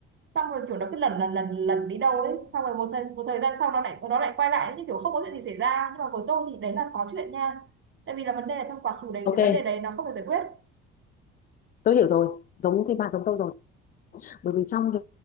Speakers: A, on the right (about 30°); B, on the left (about 25°).
A: xong rồi kiểu nó cứ lần lần lần lần đi đâu đấy xong rồi một thời, một thời gian sau nó lại nó lại quay lại như kiểu không có chuyện gì xảy ra nhưng mà với tôi thì đấy là có chuyện nha tại vì là vấn đề là trong quá khứ đấy
B: ok,
A: cái vấn đề đấy nó không được giải quyết
B: tôi hiểu rồi. Giống thế bà giống tôi rồi. bởi vì trong cái